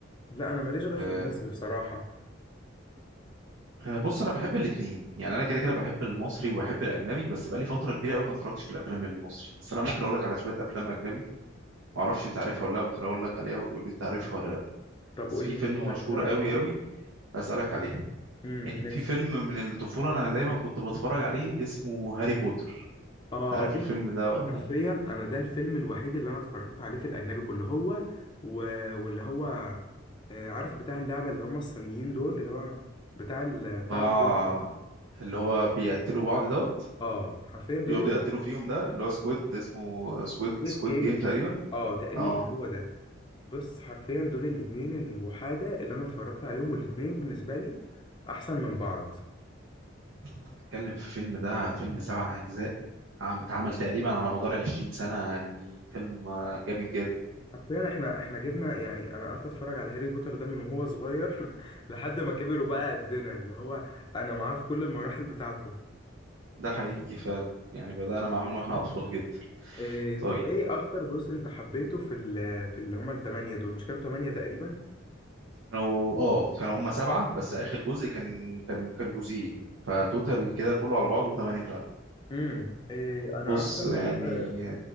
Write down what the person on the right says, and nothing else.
أه
آه، بص انا بحب الاثنين يعني انا كده كده بحب المصري وبحب الاجنبي بس بقالي فتره كبيره قوي ما اتفرجتش في الافلام المصري بس انا ممكن اقول لك على شويه افلام اجنبي ما اعرفش انت عارفها ولا لا ممكن اقول لك عليها وتقول لي انت عارفها ولا لا
بس
في
فيلم
مشهور
قوي
قوي اسالك عليه
يعني
في فيلم من الطفوله انا دايما كنت بتفرج عليه اسمه هاري بوتر
انت عارف
الفيلم ده ولا
اه
اللي هو بيقتلوا بعض ده
بيقعدوا يقتلوا فيهم ده اللي هو سكويد اسمه سكويد
سكويد
جيم تقريبا
اه
تتكلم في فيلم ده فيلم سبع اجزاء عم- اتعمل تقريبا على مدار عشرين سنة يعني فيلم آه، جامد جدا
ده حقيقي فعلا يعني بدأنا معاه من واحنا اطفال جدا
طيب
كانوا اه كانوا هم سبعة بس آخر جزء كان كان كان جزئين فتوتال كده كله على بعضه ثمانية فعلا
بص
يعني